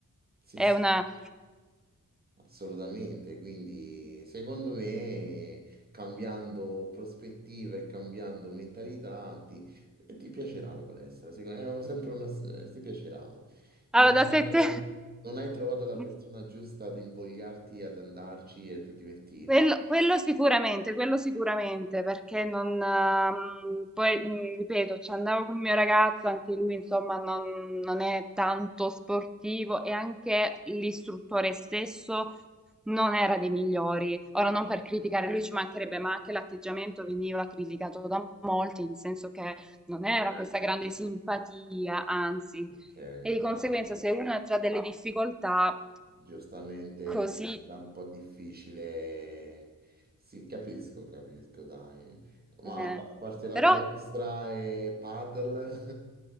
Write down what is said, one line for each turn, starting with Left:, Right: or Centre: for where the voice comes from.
Right: Sì,
Centre: è
Right: sì.
Centre: una...
Right: Assolutamente, quindi secondo me cambiando prospettiva e cambiando mentalità ti, ti piacerà la palestra, secondo me è sempre una, eh, ti piacerà.
Centre: Allora,
Right: Non,
Centre: da sette...
Right: non hai trovato la
Centre: <laughs>
Right: persona giusta ad invogliarti ad andarci e a divertirti.
Centre: Quello, quello sicuramente, quello sicuramente, perché non... ehm, poi, mm, ripeto, ci andavo con il mio ragazzo, anche lui, insomma, non, non è tanto sportivo e anche l'istruttore stesso non era dei migliori. Ora
Right: Eh,
Centre: non per criticare lui ci mancherebbe, ma anche l'atteggiamento veniva criticato da molti, nel senso che non era questa grande simpatia, anzi,
Right: Ok,
Centre: e di conseguenza
Right: no.
Centre: se uno ha già delle difficoltà
Right: Giustamente
Centre: così,
Right: diventa un po' difficile. Sì, capisco, capisco, dai. Ma
Centre: eh.
Right: a parte la
Centre: Però
Right: palestra e paddle, <laughs>